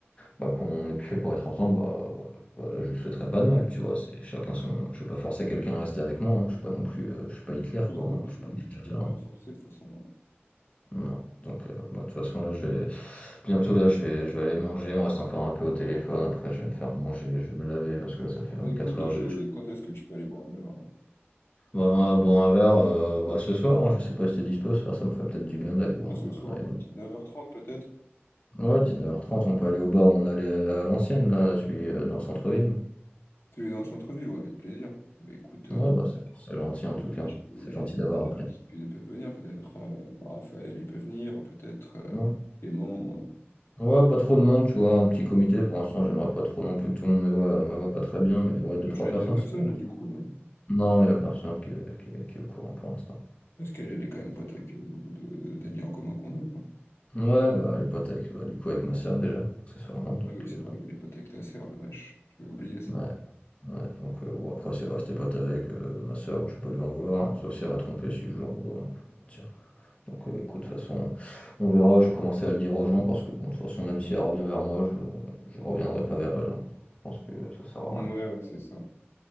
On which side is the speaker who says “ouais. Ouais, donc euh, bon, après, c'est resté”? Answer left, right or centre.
Left